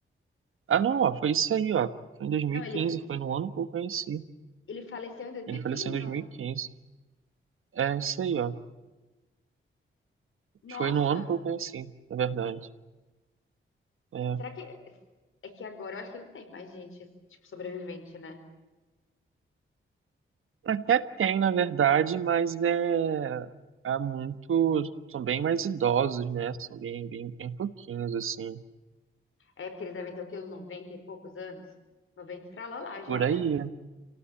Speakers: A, on the right; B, on the left.
A: Ah, não, ó, foi isso aí, ó. Foi em 2015,
B: Não, ele.
A: foi no ano que eu conheci.
B: Ele faleceu em dois mil
A: Ele
B: e
A: faleceu
B: quinze,
A: em 2015.
B: não?
A: É isso aí, ó.
B: Nossa!
A: Foi no ano que eu conheci, na verdade. É.
B: Será que. É que agora eu acho que não tem mais gente, tipo, sobrevivente, né?
A: Até tem, na verdade, mas é. Há muito. São bem mais idosos, né? São bem, bem, bem pouquinhos, assim.
B: É porque eles devem ter o quê? Uns 90 e poucos anos? noventa e tralalá já,
A: Por aí,
B: né?